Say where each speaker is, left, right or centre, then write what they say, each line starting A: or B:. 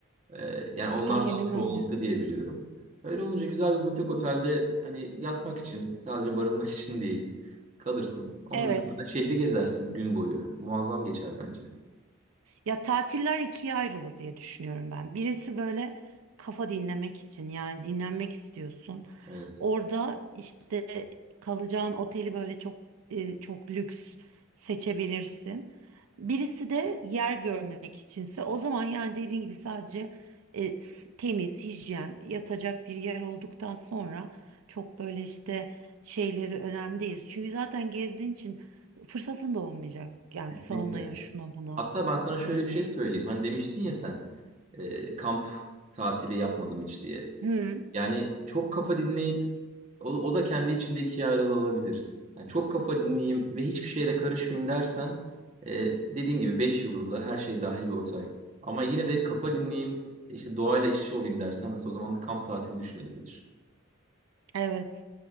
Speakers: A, on the right; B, on the right.
A: E, yani onlar
B: Aynen
A: daha çoğunlukta
B: öyle.
A: diye biliyorum. Öyle olunca güzel bir butik otelde hani yatmak için sadece barınmak <laughs> için diyeyim kalırsın. Onun
B: Evet.
A: dışında da şehri gezersin gün boyu. Muazzam geçer bence.
B: Ya tatiller ikiye ayrılır diye düşünüyorum ben. Birisi böyle kafa dinlemek için yani dinlenmek istiyorsun.
A: Evet.
B: Orada işte kalacağın oteli böyle çok e, çok lüks seçebilirsin. Birisi de yer görmek içinse o zaman yani dediğin gibi sadece e, s- temiz, hijyen, yatacak bir yer olduktan sonra çok böyle işte şeyleri önemli değil. Çünkü zaten gezdiğin için fırsatın da olmayacak. Yani
A: Kesinlikle.
B: salonaya şuna buna
A: Hatta ben sana şöyle
B: inmeye.
A: bir şey söyleyeyim. Hani demiştin ya sen e, kamp tatili yapmadım hiç diye.
B: Hı,
A: Yani çok kafa dinleyip o, o da kendi içinde ikiye ayrılabilir. Yani çok kafa dinleyeyim ve hiçbir şeye de karışmayayım dersen e, dediğin gibi 5 yıldızlı her şey dahil bir otel. Ama yine de kafa dinleyeyim işte doğayla iç içe olayım dersen mesela o zaman kamp tatili düşünebilir.
B: evet.